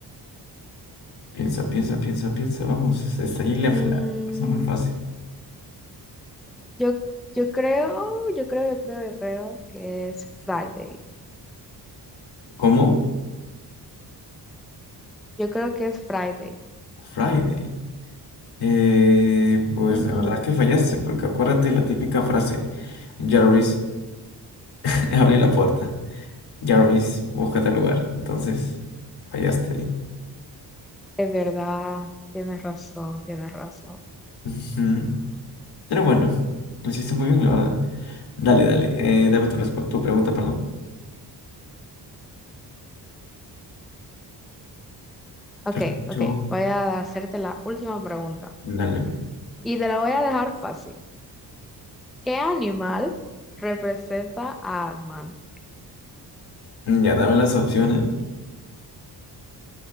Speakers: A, on the left; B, in the centre.
A: piensa, piensa, piensa, piensa, vamos, está ahí la fla-
B: Mm,
A: pasa muy fácil.
B: yo, yo creo, yo creo, yo creo, yo creo que es Friday.
A: ¿Cómo?
B: Yo creo que es Friday.
A: Friday. Eh, pues
B: Ujú,
A: la verdad es que fallaste, porque acuérdate la típica frase, Jarvis, <laughs> abre la puerta. Jarvis, búscate al lugar. Entonces, fallaste ahí.
B: Es verdad, tienes razón, tienes razón.
A: Ujú. Pero bueno, lo hiciste muy bien, la verdad. Dale, dale. eh, dame tu, respu- tu pregunta, perdón.
B: Ok,
A: Te escucho.
B: ok. Voy a hacerte la última pregunta.
A: Dale.
B: Y te la voy a dejar fácil. ¿Qué animal representa a Ant-Man?
A: Mm, Ya, dame las opciones.